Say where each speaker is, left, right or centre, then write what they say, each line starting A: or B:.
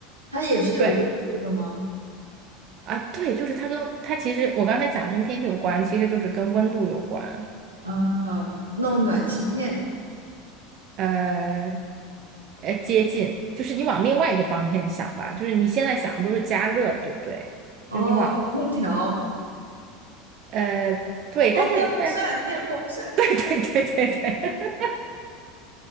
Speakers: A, on the right; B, on the right.
A: 它也是有热度的吗？
B: 对啊，对，就是它跟它其实我刚才讲跟天气有关，其实就是跟温度有关。
A: 啊，弄暖气片，
B: 呃，呃接近，就是你往另外一个方面想吧，就是你现在想的都是加热，对不对？
A: 哦，
B: 就是你往
A: 空调，
B: 呃对，
A: 哦，
B: 但是但
A: 电风扇，电风扇。
B: <laughs> 对对对对对 <laughs>